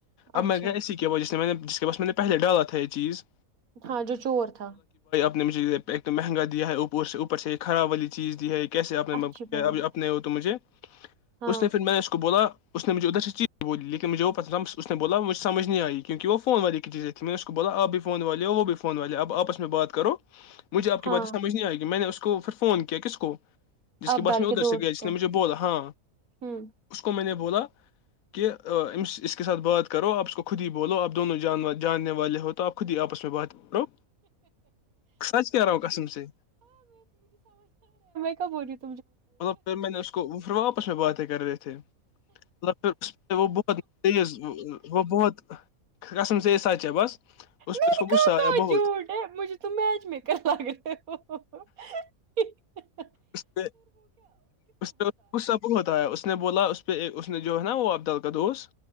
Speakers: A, on the left; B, on the right.
A: اب
B: اچھا
A: میں گیا اسی کی وج جس نے میں نے جس کے پاس میں نے پہلے ڈالا تھا یہ چیز
B: ہاں جو چور تھا
A: ایکم مہنگا دیا ہے او سے اوپر سے ایک خراب والی چیز دی ہے کیسے اپنے
B: اچھی بات
A: اپنے ہو تو مجھے
B: ہاں
A: اس نے پھر میں اس کو بولا اس نے مجھ ادھر سے چیز بولی لیکن مجھے وہ پتا تھا اس نے بولا مجھ سمجھ نہیں آئی کیونک وہ فون والے کی چیزیں تیں میں نے اس کو بولا آپ بھی فون والے ہو وہ بھی فون والے اپ آپس میں بات کرو مجھ آپ
B: ہاں
A: باتیںمجھ نہیں آ گی میں نے اس کو پھر فون کیا کس کو جس
B: ابدال
A: کے بعس میں ادھر
B: دوست
A: سے گیا جس
B: کو
A: نے مجھے بولا ہاں
B: ہوں
A: اس کو میں نے بولا کہ اس کے ساتھ بات کرو اپ اس کو خود ہی بولو اپ دونوں جاننے والے ہو تو اپس میں بات کرو سچ کہہ، رہا ہوں قسم سے
B: بو
A: <inaudible> مطلب پھر میں نے اس کو باتیں کر رہے تھے <inaudible> <inaudible> تو <inaudible> تیز وہ بہت قسم سے یہ سچ ھے بس اس
B: میں
A: پہ اس
B: نے
A: کو
B: کہاں
A: غصہ
B: کہاں
A: آیا بہت
B: جھوٹ ہے مجھے تو میچ مےکر لگ رھےھو <inaudible>
A: اسپے اس سے غصہ بھت آیا اس نے بولا اس اس نے جو ہے نا وہ عبدال کا دوست